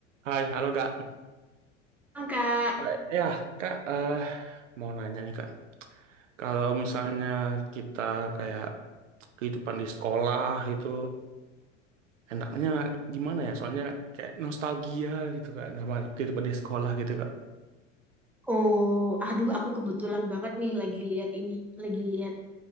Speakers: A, on the right; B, in the centre.
A: Hai, halo Kak.
B: Ah, Kak,
A: Eh, Ya, Kak, eh mau nanya nih Kak. Kalau misalnya kita kayak kehidupan di sekolah itu enaknya gimana ya? Soalnya kayak nostalgia gitu Kak, nama kehidupan di sekolah gitu Kak.
B: oh, aduh, aku kebetulan banget nih lagi lihat ini, lagi lihat